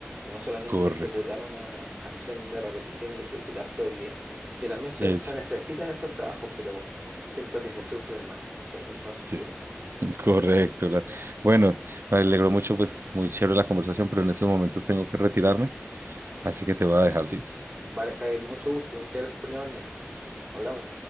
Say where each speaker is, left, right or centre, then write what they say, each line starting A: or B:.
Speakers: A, on the right (about 35°); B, on the right (about 60°).
A: No solamente
B: Correcto.
A: ejecutar una acción de repetición, de ejecutar todo el día. Que también se,
B: Es,
A: se necesitan esos trabajos, pero siento que se sufren más, son mucho más sufridos.
B: sí, correcto. la- bueno, me alegró mucho, pues muy chévere la conversación, pero en estos momentos tengo que retirarme, así que te voy a dejar, ¿sí?
A: Vale, Javier, mucho gusto. Muchas gracias por llamarme. Hablamos.